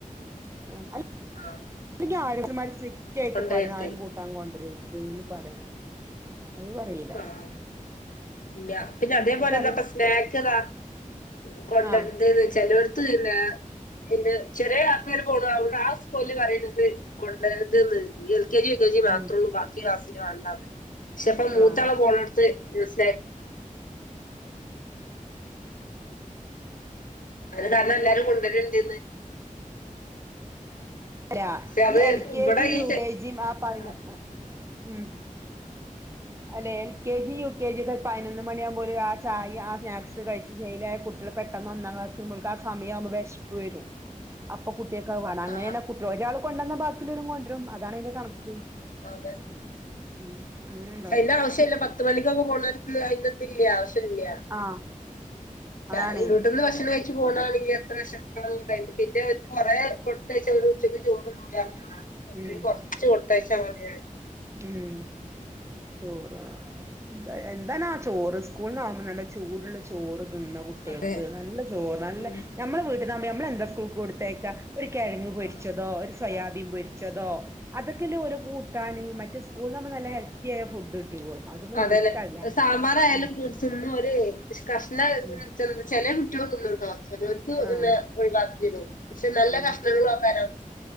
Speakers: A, on the right; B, on the left.
A: ആഹ് അ
B: ആഹ്
A: <unintelligible> സ്ട്രിറ്റ് ആയിട്ട്
B: കൊണ്ടരരുത്
A: പറയണം ആരും കൂട്ടാൻ കൊണ്ടര ഇന്ന് പറയണം. അത് <unintelligible>
B: ആഹ് ഇല്ല പിന്നെ അതേപോലൊ
A: അത് പറയും
B: ദാപ്പ സ്നാക്ക്ദാ <unintelligible> <unintelligible>
A: ആ
B: എന്റെ ചെറിയ ആൾക്കാര് പോണ് <unintelligible> ആസ്കൂല് പറയണത് <unintelligible> കെജി യുകെജി മാത്രോള്ളു
A: ഉം
B: ബാക്കി ക്ലാസിനി വേണ്ടാന്ന് പക്ഷെപ്പ മൂത്താള
A: ആ
B: പോണട്ത്ത് <unintelligible> അത് കാരണം എല്ലാരും കൊണ്ടുവരണ്ട്ന്ന്
A: ല്ല
B: പക്ഷെ അത്
A: ഈ എൽ കെ
B: ഇവിടെ
A: ജി, യു
B: ഈ
A: കെ ജിയും ആ പതിനൊ
B: ആഹ്
A: ഉം
B: <unintelligible>
A: അല്ലെ L K G U K G ഒക്കെ പതിനൊന്ന് മണിയകുമ്പോല ആ ചായ ആ സ്നാക്സ് കഴിച്ച് ശേലായ കുട്ടികൾ പെ പെട്ടന്ന് ഒന്നാം ക്ലാസ് മക്ക ആ സമയമാകുമ്പോ വെശപ്പ് വരും. അപ്പൊ കുട്ടികൾക്ക് അത് വേണം. അങ്ങന
B: ആഹ്
A: ഒയാൾ കൊണ്ടന്ന ബാക്കിയുള്ള കൊണ്ടരും അതാണ് അതിന്റെ കണക്ക്.
B: അതെ
A: ഉം അങ്ങനെ ഉണ്ടാവുന്നെ
B: പക്ഷെ അന്റെ ആവശ്യല്ല പത്ത് മണിക്കൊക്കെ <unintelligible> ല്ല.
A: ആ
B: ക
A: അതാണേ
B: ഇവിടെന്ന് ഭക്ഷണം കഴ്ച്ചു പോന്നാ മതി. ത്ര വർഷം തെക്കെ കഴ്ഞ്ഞു. പിന്നെരു കൊറെ കൊട്ത്തയ്ച്ച ഓല് ഉച്ചക്ക് ചോറുന്നൂല്ലാ ആ
A: ഉം
B: കൊറ്ച്ച് കൊട്ത്തയ്ച്ചാ മതി അറിം
A: ഉം ചോറ് എന്താ എന്താനാ ചോറ്. സ്കൂളിന്നാമ്പോ നല്ല ചൂടൊള്ള ചോറും. നിന്ന കുട്ടികൾക്ക്
B: അതെ
A: നല്ല ചോറ്. നല്ലെ
B: ഉം
A: നമ്മെളെ വീട്ടിനാമ്പോ നമ്മളെന്തക്കെയാ കൊടുത്തയ്ക്ക. ഒരു കിഴങ്ങ് പൊരിച്ചതോ,
B: ആഹ്
A: ഒരു സോയാബീൻ
B: ആഹ്
A: പൊരിച്ചതോ, അതൊക്കെല്ലേയോരോ കൂട്ടാന് മറ്റ് സ ഇവെടെന്ന് തന്നെ നല്ലേ ഹെൽത്തിയായ ഫുഡ്. കിട്ടിക്കോളും അതൊന്നും
B: അതെന്നേ
A: ഓര്ക്കല്ല
B: സാമ്പാറായാലുംതിനൊല്
A: ഉം
B: ഈ കഷണയെന്ന്
A: ഉം
B: ചെല കുട്ടികൾ തിന്നുട്ടോ. ചെലോർക് പിന്നെ
A: ആഹ്
B: ഒഴിവാക്കിടും. പക്ഷെ നല്ല
A: ആഹ്
B: കഷ്ണങ്ങളൊക്കെനാവും